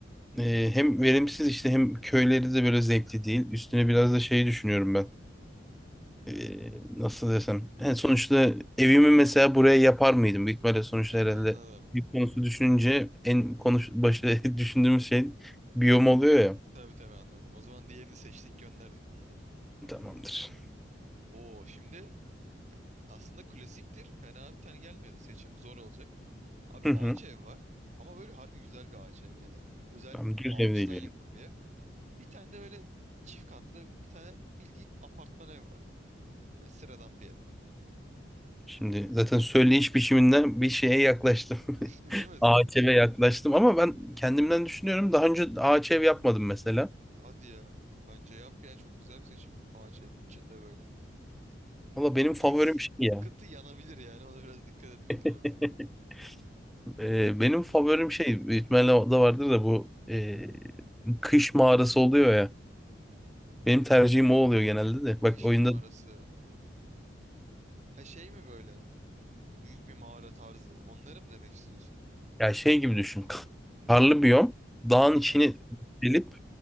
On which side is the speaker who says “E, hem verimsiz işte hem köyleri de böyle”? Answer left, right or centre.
Centre